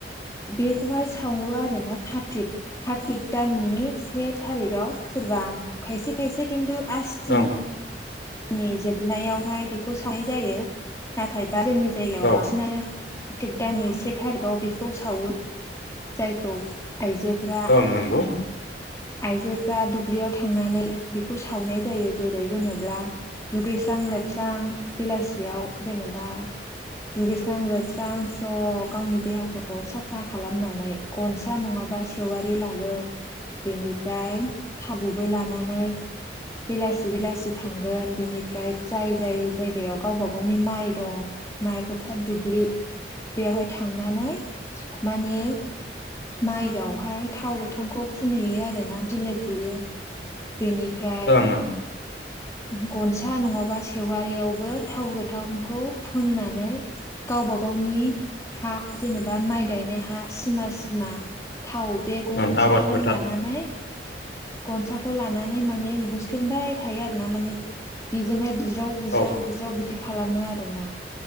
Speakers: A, on the left; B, on the left.
A: बेखौहाय सावो आरो ना कार्तिक कार्तिक दाननि से थारिगाव सोरबा खायसे खायसे खिन्थु आसिन
B: ओं
A: जोंनि जोबनायावहाय बेखौ सावनाय जायो नाथायबा जोंनि जायगायाव
B: औ
A: बांसिनानो कार्तिक दाननि से थारिखाव बेखौ सावो जायखौ आइजो फ्रा
B: ओं नंगौ
A: आइजोफ्रा दुब्लियाव थांनानै बेखौ सावनाय जायो जेरै जेनेब्ला दुगैस्रां लोबस्रां बेलासियाव जेनेबा दुगैस्रां लोबस्रां स्र' गावनि देहाखौ साफा खालामनानै गनसा नङाबा सेवारि लागोन बेनिफ्राय थाव गुबै लानानै बेलासि बेलासि थांगोन। बेनिफ्राय जाय जाय जायगायाव गावबा गावनि माइ दं माइ फोथार दुब्लि बेवहाय थांनानै माने माइआवहाय थाव गोथांखौ फुनहैयो आरो ना बिलिर हैैयो बेनि फ्राय
B: ओं ओं
A: गनसा नङाबा सेवारियावबो थाव गोथांखौ फुननानै गावबा गावनि हा जेनेबा माइ गायनाय हा सिमा सिमा थाव बे गनसाजों
B: ओं आबाद फोथार
A: लानानै गनसाखौ लानानै माने बुसलिनबाय थायो आरो ना माने बेजोंहाय बुज्राव बुज्राव
B: औ
A: बुज्राव बिदि खालामो आरोना